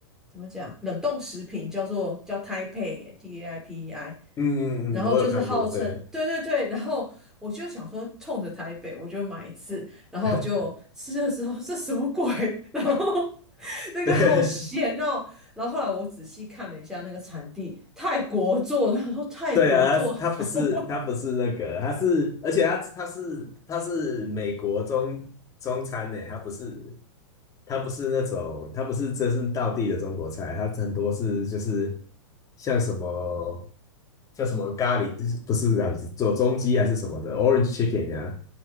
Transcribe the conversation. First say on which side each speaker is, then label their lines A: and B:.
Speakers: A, in the centre; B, on the left.
A: 怎么讲，冷冻食品叫做叫 Taipei T A I P E I，
B: 嗯嗯嗯，
A: 然后就是号称对对对，
B: 我有看过，对
A: 然后我就想说冲着台北我就买一次，然后就吃的时候这什么鬼，
B: <laughs>
A: <laughs> 然后那个好咸哦，
B: 对
A: 然后后来我仔细看了一下那个产地，泰国做的，他说泰国做的
B: 对啊，他他不是他不是那个，
A: <laughs> 台湾。
B: 他是而且他他是他是美国中中餐呢，他不是他不是那种他不是真是道地的中国菜，他很多是就是像什么像什么咖喱，不是咖喱，做中鸡还是什么的，orange chicken 呀、